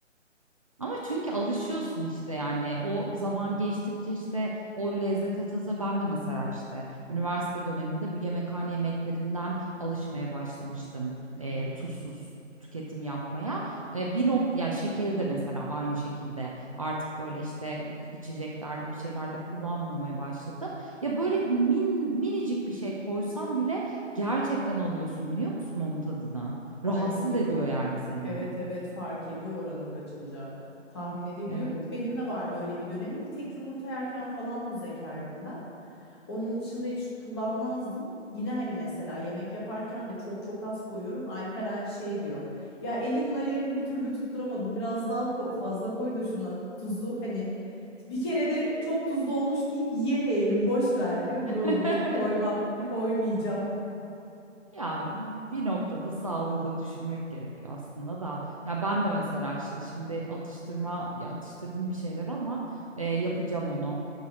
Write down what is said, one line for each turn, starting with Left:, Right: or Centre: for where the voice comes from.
Right: Ama çünkü alışıyorsun işte yani o zaman geçtikçe işte o lezzete tasa ben de mesela işte üniversite döneminde bu yemekhane yemeklerinden alışmaya başlamıştım
Left: Hı
Right: e,
Left: hı.
Right: tuzsuz tüketim yapmaya. E, bir nokta ya şekeri de mesela aynı şekilde artık böyle işte iç- içeceklerde bir şeylerde kullanmamaya başladım. Ya böyle min, minicik bir şey koysam bile gerçekten alıyorsun biliyor musun onun tadını?
Left: Fark
Right: Rahatsız
Left: ediyor.
Right: ediyor yani seni.
Left: Evet evet fark ediyor oranı kaçınca. Tahmin edebiliyorum.
Right: Evet.
Left: Benim de vardı öyle bir dönemim. Bir tek yumurta yerken falan tuz ekerdim ben. Onun dışında hiç kullanmazdım. Yine hani mesela yemek yaparken de çok çok az koyuyorum. Alperen şey diyor. Ya elinin ayarını bir türlü tutturamadım. Biraz daha ko- fazla koy da şuna tuzu. Hani bir kere de çok tuzlu olmuş deyip yemeyelim boş ver diyor. Diyorum
Right: <laughs>
Left: yok koymam koymayacağım.
Right: Ya bir noktada sağlığı da düşünmek gerekiyor aslında da. Ya ben de mesela işte şimdi atıştırma ya atıştırdım bir şeyler ama e, yapacağım onu.